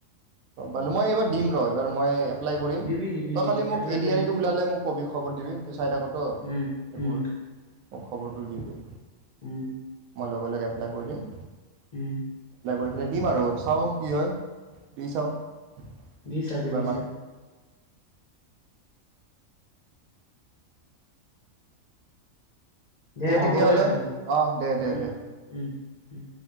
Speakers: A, on the right (about 85°); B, on the left (about 45°).
A: গম পালোঁ, মই এইবাৰ দিম ৰ, এইবাৰ মই এপ্লাই কৰিম।
B: দিবি দিবি
A: তই
B: দিবি
A: খালি মোক
B: apply
A: A D
B: কৰিবি
A: R E টো ওলালে মোক ক'বি, খবৰ দিবি। তই চাই থাক ত
B: উম
A: এইবোৰ।
B: উম
A: মোক খবৰটো দিবে।
B: উম
A: মই লগে লগে এটা কৰি দিম
B: উম।
A: এপ্লাই কৰি দিম আৰু, চাওঁ কি হয়। দি চাওঁ।
B: দি চাবি,
A: কেইবাৰমান
B: চি চাবি। দে হ'ব
A: তেতিয়াহ'লে
B: দে তেতিয়া
A: অ দে দে
B: উম
A: দে
B: উম উম